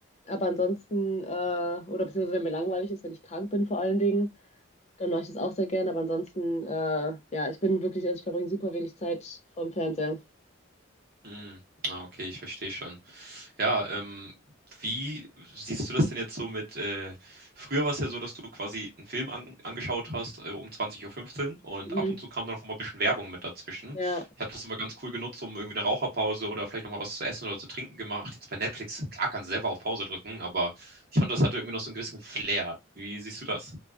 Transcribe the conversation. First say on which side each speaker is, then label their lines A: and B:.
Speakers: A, on the left; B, on the right.
A: Aber ansonsten, äh, oder beziehungsweise wenn mir langweilig ist, wenn ich krank bin vor allen Dingen. Dann mache ich das auch sehr gerne, aber ansonsten, äh, ja, ich bin wirklich, also ich verbringe super wenig Zeit vorm Fernseher.
B: Mm, ah, okay, ich verstehe schon. Ja, ähm, wie siehst du das denn jetzt so mit, äh, früher war es ja so, dass du quasi einen Film an, angeschaut hast, äh, um zwanzig Uhr fünfzehn und
A: Mhm.
B: ab und zu kam dann auch immer ein bisschen Werbung mit dazwischen.
A: Ja,
B: Ich habe das immer ganz cool genutzt, um irgendwie eine Raucherpause oder vielleicht nochmal was zu essen oder zu trinken gemacht. Jetzt bei Netflix, klar, kannst du selber auf Pause drücken, aber ich fand, das hatte irgendwie noch so einen gewissen Flair. Wie siehst du das?